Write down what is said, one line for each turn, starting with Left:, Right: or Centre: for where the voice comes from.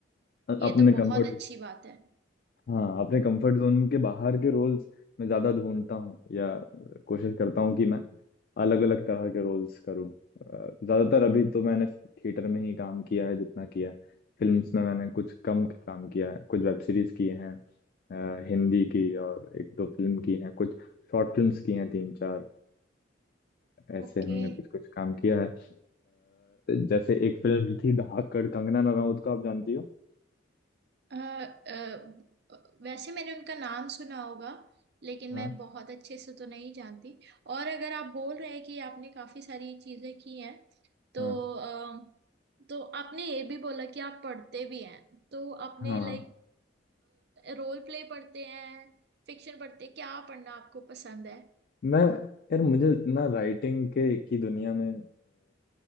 Right: ये
Left: अपने
Right: तो बहुत
Left: कंफर्ट
Right: अच्छी बात है
Left: हाँ अपने कंफर्ट जोन के बाहर के रोल्स मैं ज्यादा ढूंढता हूँ या अ, कोशिश करता हूँ कि मैं अलग अलग तरह के रोल्स करूँ अ, ज्यादातर अभी तो मैंने थिएटर में ही काम किया है जितना किया है फिल्म्स में मैंने कुछ कम काम किया है कुछ वेब सीरीज किए हैं अ, हिंदी की और एक दो फिल्म की हैं कुछ शॉर्ट फिल्म्स की हैं तीन चार ऐसे
Right: ओके
Left: हमने कुछ कुछ काम किया है अ, जैसे एक फिल्म थी धड़ाकेड़ कंगना रनाउत को आप जानती हो
Right: अ, अ, वैसे मैंने उनका नाम सुना होगा लेकिन
Left: हाँ
Right: मैं बहुत अच्छे से तो नहीं जानती और अगर आप बोल रहे हैं कि आपने काफी सारी चीजें की हैं तो
Left: हाँ
Right: अ, तो आपने ये भी बोला कि आप पढ़ते भी हैं तो आपने
Left: हाँ
Right: लाइक रोल प्ले पढ़ते हैं फिक्शन पढ़ते हैं क्या पढ़ना आपको पसंद है
Left: मैं यार मुझे ना राइटिंग के की दुनिया में